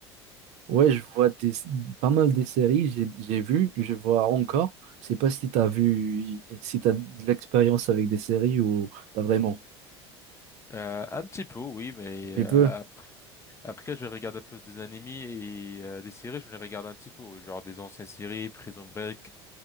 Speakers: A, on the right; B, on the left.
A: Ouais, je vois des, pas mal de séries, j'ai j'ai vu, je vois encore.
B: Mhm,
A: Je sais pas si t'as
B: mhm.
A: vu, si t'as de l'expérience avec des séries ou pas vraiment.
B: Euh, un petit peu, oui, mais
A: Tu
B: euh,
A: peux?
B: après, après, je regardais plus des animés et euh, des séries, je les regarde un petit peu, oui, genre des anciennes séries, Prison Break,